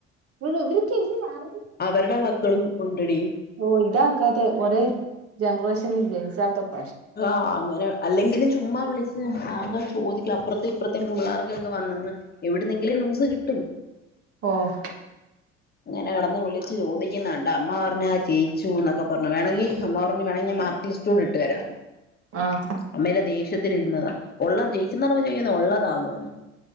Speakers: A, on the right; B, on the left.
A: ഇവ ഇവർക്ക് എങ്ങനെ അറിയ
B: അവരുടെ മക്കളും ഉണ്ടെടി
A: ഓഹ് ഇതാക്കാതെ ഒരേ ജനറേഷനിൽ ജനിച്ചാൽത്തെ കൊ
B: ആഹ് അങ്ങനെ അല്ലെങ്കിലും ചുമ്മാ വിളിച്ച് ആൾക്കാര് ചോദിക്കും അപ്പുറത്തേം ഇപ്പുറത്തേം പുള്ളാർ വന്നന്ന് എവിടുന്നെങ്കിലും ന്യൂസ് കിട്ടും
A: ഓഹ്
B: അങ്ങനെ കെടന്ന് വിളിച്ചു ചോദിക്കുന്നകണ്ട് അമ്മ പറഞ്ഞു ആഹ് ജയിച്ചുന്നൊക്കെ പറഞ്ഞു വേണെങ്കി അമ്മ പറഞ്ഞു വേണെങ്കില് ഞാൻ മാർക്ക് ലിസ്റ്റ് കൂടെ ഇട്ടുതരാം
A: ആഹ്
B: അമ്മെയെല്ലാം ദേഷ്യത്തില് ഇരുന്നതാ ഒള്ള ജയിച്ചന്നറിഞ്ഞപ്പോ ചോയ്ക്കുന്നെ ഒള്ളതാണോന്ന്.